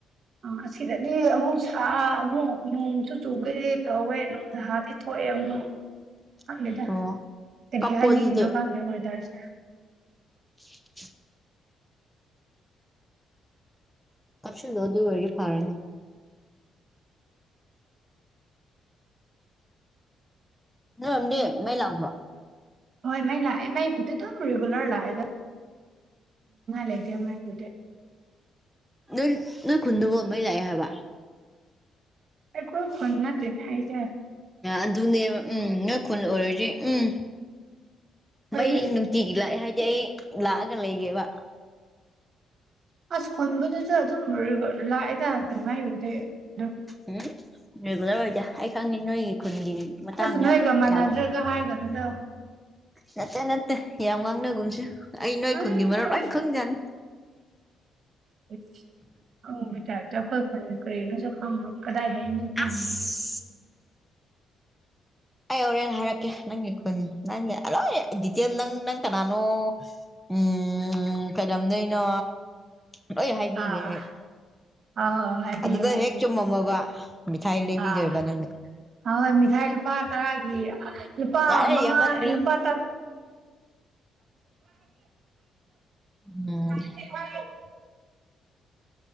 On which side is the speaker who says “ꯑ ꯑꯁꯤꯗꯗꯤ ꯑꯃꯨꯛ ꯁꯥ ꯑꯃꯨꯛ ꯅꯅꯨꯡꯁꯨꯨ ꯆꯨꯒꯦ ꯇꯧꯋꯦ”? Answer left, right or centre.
Right